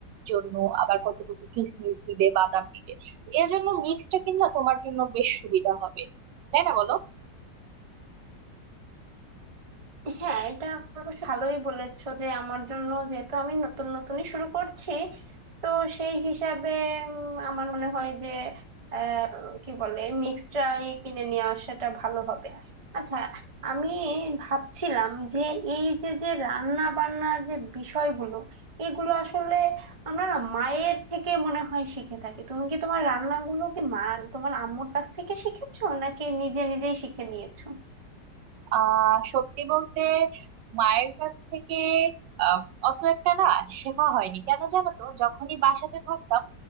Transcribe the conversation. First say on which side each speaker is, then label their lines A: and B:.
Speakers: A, on the right; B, on the right.
A: জন্য আবার কতটুকু কিশমিশ দিবে বাদাম দিবে তো এজন্য মিক্সটা কিনলে তোমার জন্য বেশ সুবিধা হবে তাই না বলো
B: হ্যাঁ এটা অবশ্য ভালোই বলেছো যে আমার জন্য যেহেতু আমি নতুন নতুনই শুরু করছি তো সেই হিসাবে উম, আমার মনে হয় যে আহ, কি বলে মিক্সটাই কিনে নিয়ে আসাটা ভালো হবে আচ্ছা আমি ভাবছিলাম যে এই যে যে রান্না বান্নার যে বিষয়গুলো এগুলো আসলে আমরা না মায়ের থেকে মনে হয় শিখে থাকি তুমি কি তোমার রান্নাগুলো কি মা তোমার আম্মুর কাছ থেকে শিখেছো নাকি নিজে নিজেই শিখে নিয়েছো
A: আহ সত্যি বলতে মায়ের কাছ থেকে আহ, অত একটা না শেখা হয়নি কেন জানো তো যখনই বাসাতে থাকতাম